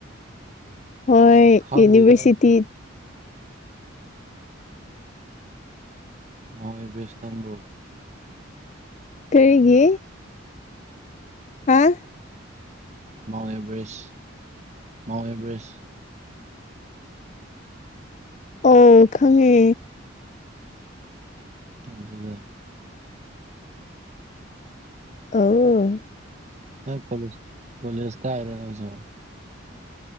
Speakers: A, on the left (about 35°); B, on the right (about 35°).
A: ꯍꯣꯏ
B: ꯈꯪꯗꯦꯗ
A: ꯌꯨꯅꯤꯚꯔꯁꯤꯇꯤ
B: ꯑꯩ ꯃꯧꯟ ꯑꯦꯚꯔꯦꯁ ꯈꯥꯪꯕ꯭ꯔꯣ
A: ꯀꯔꯤꯒꯤ ꯍꯥꯥ
B: ꯃꯥꯎꯟ ꯑꯦꯕꯔꯦꯁ ꯃꯥꯎꯟ ꯑꯦꯕꯔꯦꯁ
A: ꯑꯣ ꯈꯪꯉꯦ
B: ꯑꯗꯨꯒ
A: ꯑꯣ
B: ꯍꯣꯏ ꯀꯣꯂꯦꯖ ꯀꯣꯂꯦꯖ ꯀꯥꯏꯔꯣ ꯅꯪꯁꯨ